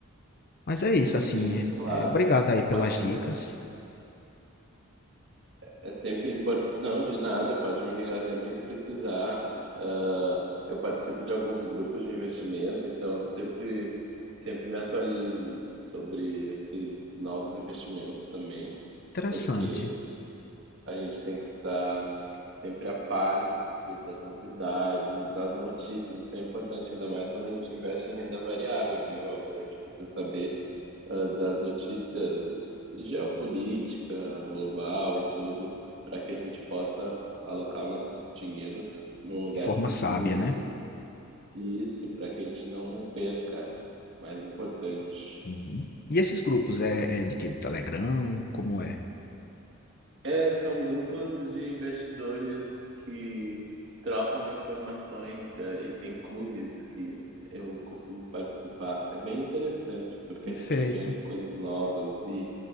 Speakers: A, on the left (about 40°); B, on the right (about 55°).
A: Mas é isso,
B: Sim,
A: assim. é-
B: claro.
A: é, obrigado aí pelas
B: Mas é
A: dicas.
B: sempre, é sempre importante. Não, de nada, pode me ligar sempre que precisar. Ah, eu participo de alguns grupos de investimento, então eu sempre, sempre me atualizo sobre esses novos investimentos também,
A: Interessante.
B: porque a gente tem que estar sempre a par do, do- das novidades, das notícias. Isso é importante, ainda mais quando a gente investe em renda variável, viu, Álvaro? A gente precisa saber, ah, das notícias de geopolítica global e tudo, para que a gente possa alocar o nosso dinheiro num lugar
A: De forma
B: seguro
A: sábia, né?
B: e isso para que a gente não perca. Mais importante.
A: Uhum. E esses grupos, é, é de que? Do Telegram? Como é?
B: É, são grupos de investidores que trocam informações, eh, e tem clubes que eu costumo participar. É bem interessante, porque
A: Perfeito.
B: a gente aprende coisas novas e